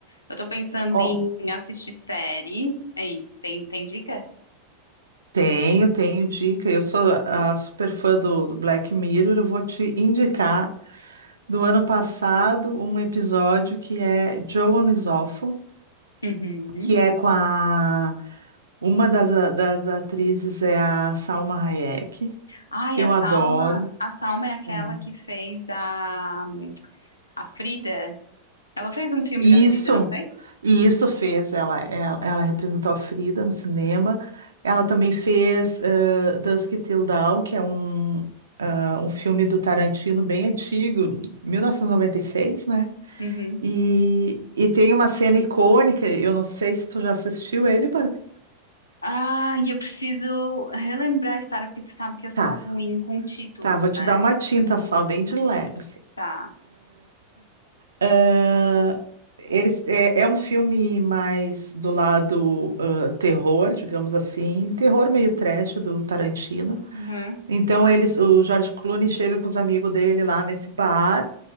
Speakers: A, on the left; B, on the right.
A: Eu tô pensando
B: Ó,
A: em assistir série. Aí, tem, tem dica?
B: tenho, tenho dica. Eu sou a super fã do, do Black Mirror. Eu vou te indicar do ano passado um episódio que é Joan is Awful,
A: Uhum.
B: que é com a uma das, das atrizes é a Salma Hayek,
A: Ai,
B: que
A: a
B: eu adoro.
A: Salma, a Salma é aquela
B: É.
A: que fez a, a Frida. Ela fez um filme
B: Isso,
A: da Frida, não fez?
B: e isso fez. Ela, ela, ela representou a Frida no cinema. Ela também fez eh, Dusk Till Dawn, que é um, ah, um filme do Tarantino bem antigo, 1996, né?
A: Uhum.
B: E, e tem uma cena icônica. Eu não sei se tu já assistiu ele, Bárbara.
A: Ah, e eu preciso relembrar a história, porque tu sabe que eu sou
B: Tá,
A: ruim com títulos,
B: tá, vou
A: né?
B: te dar uma tinta só, bem de leve, assim.
A: Tá.
B: Ah, eles, é, é um filme mais do lado ah, terror, digamos assim, terror meio trash do Tarantino.
A: Uhum,
B: Então eles, o George Clooney chega com os amigos dele lá nesse bar